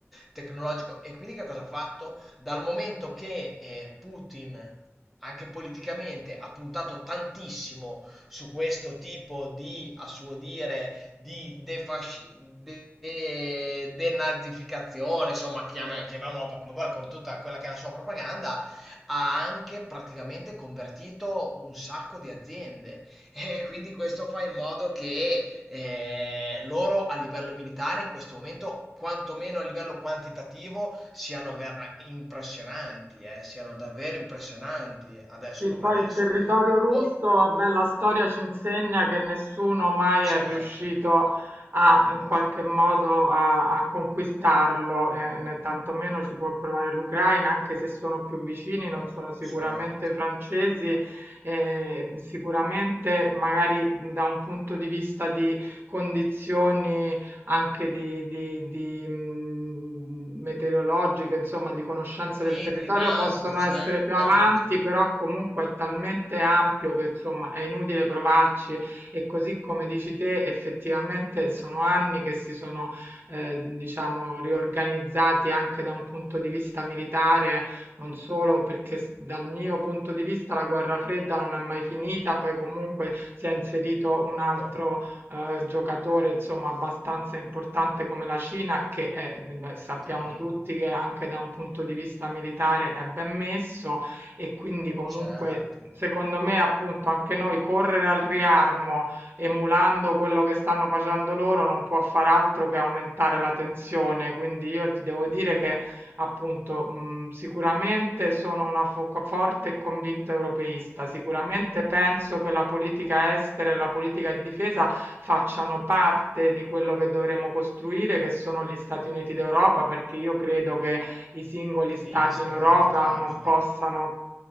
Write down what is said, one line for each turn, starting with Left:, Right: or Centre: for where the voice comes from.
Centre: tecnologico. E quindi che cosa ha fatto? Dal momento che eh, Putin anche politicamente ha puntato tantissimo su questo tipo di, a suo dire, di defasci- de- denazificazione, insomma, chiama- chiamiamola un po' come vuole, con tutta quella che è la sua propaganda, ha anche praticamente convertito un sacco di aziende. <laughs> E quindi questo fa in modo che eh, loro a livello militare in questo momento, quantomeno a livello quantitativo, siano vera- impressionanti, eh, siano davvero impressionanti adesso
Right: Sì,
Centre: come
Right: poi
Centre: adesso.
Right: il territorio russo,
Centre: O-
Right: vabbè, la storia ci insegna che nessuno mai è
Centre: Certo,
Right: riuscito a, in
Centre: mhmm,
Right: qualche modo a, a conquistarlo, eh, né tantomeno ci può provare l'Ucraina, anche se sono più vicini, non
Centre: no,
Right: sono sicuramente
Centre: certo.
Right: francesi, eh, sicuramente magari da un punto di vista di condizioni anche di, di- di, mh, meteorologiche, insomma, di conoscenza
Centre: Sì,
Right: del territorio
Centre: climatica,
Right: possono
Centre: certo.
Right: essere più avanti, però comunque è talmente ampio che insomma è inutile provarci e così come dici te, effettivamente sono anni che si sono eh, diciamo riorganizzati anche da un punto di vista militare, non solo perché s- dal mio punto di vista la guerra fredda non è mai finita, poi comunque si è inserito un altro
Centre: To
Right: eh, giocatore insomma abbastanza importante come la Cina, che è- beh, sappiamo
Centre: sì,
Right: tutti che anche da un punto di vista militare è ben messo e quindi comunque
Centre: certo.
Right: secondo me appunto anche noi correre al riarmo emulando quello che stanno facendo loro non può far altro che aumentare la tensione. Quindi io ti devo dire che Appunto, mhmm, sicuramente sono una fo co forte e convinta europeista, sicuramente penso che la politica estera e la politica di difesa facciano parte di quello che dovremo costruire, che sono gli Stati Uniti d'Europa, perché io credo che i singoli
Centre: Sì,
Right: stati
Centre: sono
Right: in Europa
Centre: inevitabile.
Right: non possano